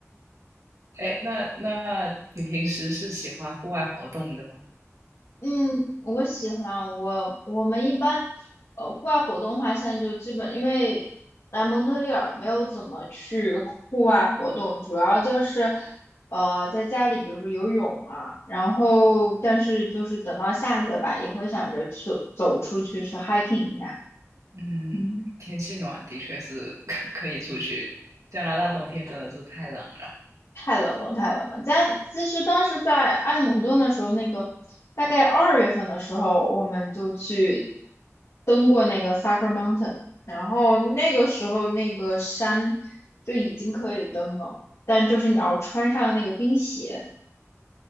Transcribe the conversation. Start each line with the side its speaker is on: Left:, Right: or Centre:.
Right: 哎，那那你平时是喜欢户外活动的吗？
Left: 嗯，我喜欢我我们一般，呃，户外活动的话，现在就基本因为来蒙特利尔没有怎么去户外活动，主要就是呃在家里，比如说游泳啊，然后但是就是等到夏季吧，也会想着去走出去去 hiking 一下。
Right: 嗯，
Left: 嗯。
Right: 天气暖的确是 <laughs> 可以出去。加拿大冬天真的是太冷了。
Left: 太冷了，太冷了。家其实当时在埃德蒙顿的时候，那个大概二月份的时候，我们就去登过那个 Suffer Mountain，然后那个时候那个山就已经可以登了，但就是你要穿上那个冰鞋，